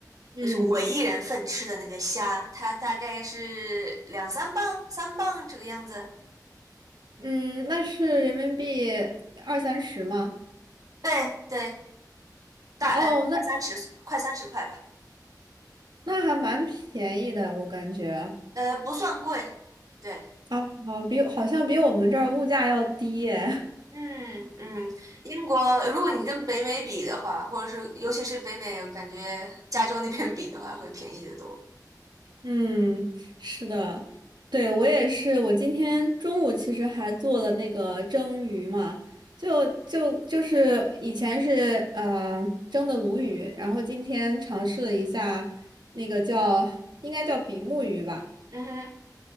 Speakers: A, on the right (about 85°); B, on the right (about 55°).
A: 嗯
B: 就是我一人份吃的那个虾，它大概是两三磅、三磅这个样子。
A: 嗯，那是人民币二三十吗？
B: 对对，大呃快三十，
A: 哦，那
B: 快三十块吧，
A: 那还蛮便宜的，我感觉
B: 呃不算贵。对。
A: 啊啊，比好像比我们这儿物价要低耶。
B: 嗯嗯，英国，如果你跟北美比的话，或者是尤其是北美，我感觉加州那边比的话，会便宜得多。
A: 嗯，是的，对，我也是。我今天中午其实还做了那个蒸鱼嘛，就就就是以前是呃蒸的鲈鱼，然后今天尝试了一下那个叫应该叫比目鱼吧，
B: 嗯哼，